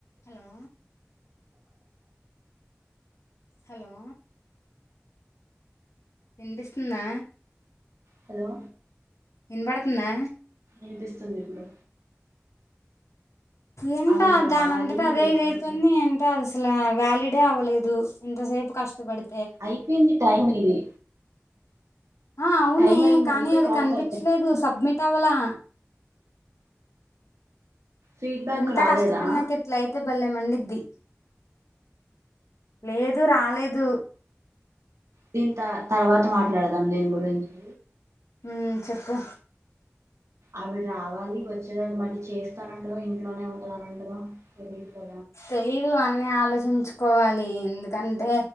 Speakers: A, on the left (about 85°); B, on the right (about 85°).
A: హలో హలో విన్పిస్తుందా
B: హలో
A: ఇనబడుతుందా
B: విందిస్తుంది ఇప్పుడు
A: ఏంటో
B: ఆవిడ రావాలి
A: దానంతట అదే
B: వచ్చిన
A: ఇదైతుంది
B: తర్వాత
A: ఏంటో అదసల వ్యాలిడ్ అవ్వలేదు ఇంతసేపు కష్టపడి
B: అయిపొయింది టైం ఇది
A: ఆ అవునే
B: టైం అయింది
A: కానీ
B: అందుకే
A: అది
B: కాల్
A: కనిపిచలేదు
B: కట్ అయింది
A: సబ్మిట్ అవ్వలా
B: ఫీడ్బ్యాక్
A: ఇంత
B: రాలేదా
A: కష్టపడినాక ఇట్లైతే బల్లేమండి లేదు రాలేదు
B: దీని త తర్వాత మాట్లాడదాం దీని గురించి
A: మ్మ్ చెప్పు
B: అవి రావాలి వచ్చేదాన్ని మళ్ళీ చేస్తానంటదో ఇంట్లోనే ఉంటద అనంటదో తెలీదుగా
A: తెలీదు అన్నీ ఆలోచించుకోవాలి ఎందుకంటే